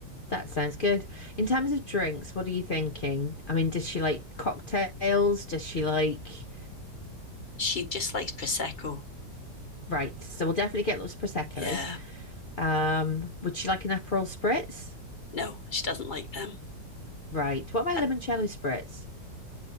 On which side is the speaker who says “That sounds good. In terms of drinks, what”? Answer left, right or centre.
Left